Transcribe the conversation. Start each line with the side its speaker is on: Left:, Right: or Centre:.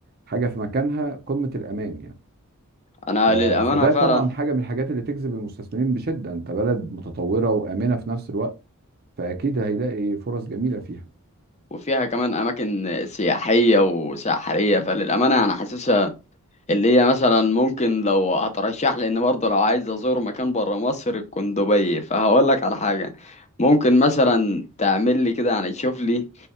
Right: حاجة في مكانها قمة الأمان يعني
Left: انا
Right: ف...
Left: للامانه
Right: فده
Left: فعلا
Right: طبعا حاجة من الحاجات اللي تجذب المستثمرين بشدة انت بلد متطورة وآمنة في نفس الوقت فأكيد هيلاقي فرص جميلة فيها
Left: وفيها كمان أماكن سياحية وساحرية فللأمانة أنا حاسسها اللي هي مثلا ممكن لو هترشح لي إن برضه لو عايز أزور مكان برا مصر تكون دبي فهقول لك على حاجة ممكن مثلا تعمل لي كده يعني تشوف لي